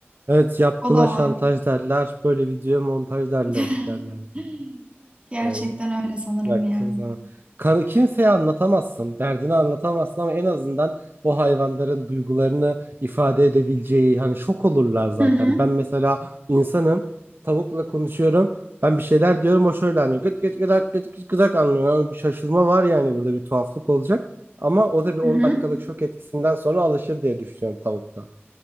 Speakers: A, on the right (about 55°); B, on the right (about 25°).
A: Evet yaptığına
B: O da
A: şantaj
B: var.
A: derler. Böyle videoya montaj derler
B: <laughs>
A: derlerdi.
B: Gerçekten
A: Yani.
B: öyle sanırım
A: Baktığın
B: ya.
A: zaman kan kimseye anlatamazsın, derdini anlatamazsın ama en azından o hayvanların duygularını ifade edebileceği hani şok olurlar zaten.
B: Hı hı.
A: Ben mesela insanım, tavukla konuşuyorum. Ben bir şeyler diyorum o şöyle anlıyor. Gıt gıt gıdak gıt gıt gıdak anlıyor. Yani bir şaşırma var yani burada bir tuhaflık olacak. Ama o da bir on
B: Hı hı.
A: dakikalık şok etkisinden sonra alışır diye düşünüyorum tavukta.